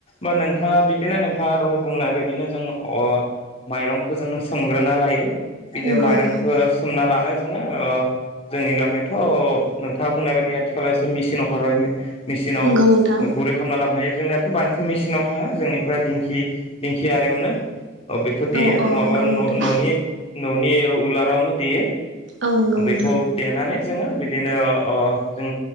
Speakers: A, on the left (about 30°); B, on the right (about 85°).
A: बा नोंथाङा बिदिनो नोंथाङा दहाय बुंनाय बुंनाय बायदिनो जों आ माइरंखौ जोङो सोमग्रोना लायो। बिदिनो
B: नंगौ
A: माइरंखौ
B: नोंथां
A: सोमना लानाय जोङो ओ जोंनि गामियाथ' नोंथाङा बुंनाय बायदि आथिखालाव एसे मेसिन अखारबाय मेसिनाव
B: नंगौ नोंथां
A: गुरै खालामना लाबोनाय जोंनियाथ' बांसिन मेसिनाव थांङा जोंनिफ्राय दिंखि दिंखि आरियावनो ओ बेखौ देयो
B: औ औ
A: नङा
B: नंगौ
A: बा न'
B: नोंथां
A: न'नि न'नि उ उलारावनो देयो। ओमफाय
B: औ नंगौ
A: बेखौ
B: नोंथां
A: देनानै जोंङो बिदिनो ओ जों